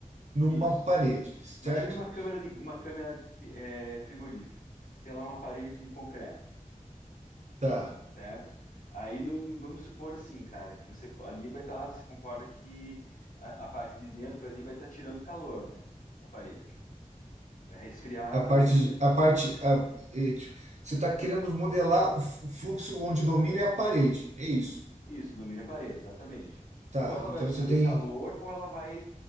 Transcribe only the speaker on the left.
Isso.
Imagine
uma câmera de uma câmera de fri- é, frigorífica. Você tem lá uma parede de concreto.
certo? Aí no- vamos supor assim, cara, que você ali vai estar, você concorda que a, a parte de dentro ali vai estar tirando calor, né, da parede. Vai resfriar a
câmera.
Isso, domina a parede, exatamente.
Ou ela
vai absorver
calor, ou ela vai